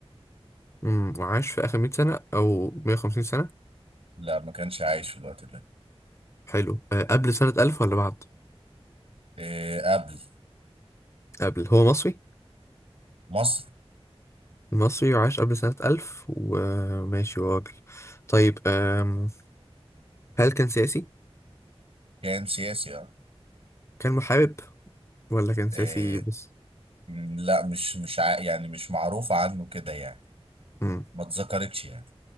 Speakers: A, on the left; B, on the right.
A: امم وعاش في آخر 100 سنة أو 150 سنة
B: لا ما كانش عايش في الوقت ده
A: حلو أه قبل سنة 1000 ولا بعد؟
B: آه، قبل
A: قبل هو مصري
B: مصري
A: مصري وعاش قبل سنة 1000 وماشي هو راجل طيب أم... هل كان سياسي؟
B: كان سياسي اه
A: كان محارب ولا كان سياسي
B: آه،
A: بس؟
B: م، لا مش مش ع... يعني مش معروف عنه كده يعني
A: امم
B: ما اتذكرتش يعني